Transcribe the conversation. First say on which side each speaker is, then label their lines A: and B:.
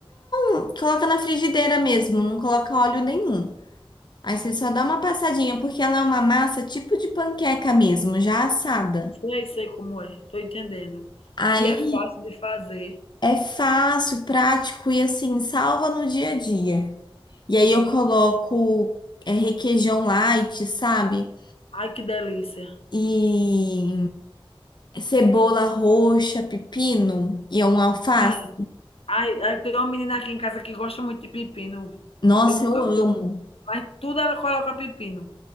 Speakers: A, on the left (about 50°); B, on the left (about 85°).
A: hum, coloca na frigideira mesmo, não coloca óleo nenhum. Aí você só dá uma passadinha, porque ela é uma massa tipo de panqueca mesmo, já assada.
B: Sei, sei como é, tô entendendo.
A: Aí
B: E é fácil de fazer.
A: é fácil, prático e assim, salva no dia a dia. E aí eu coloco é, requeijão light, sabe?
B: Ai, que delícia.
A: E Cebola roxa, pepino e um alface.
B: Sim. Ai, ai, tem uma menina aqui em casa que gosta muito de pepino.
A: Nossa,
B: Eu nunca
A: eu amo.
B: como, mas tudo ela coloca pepino.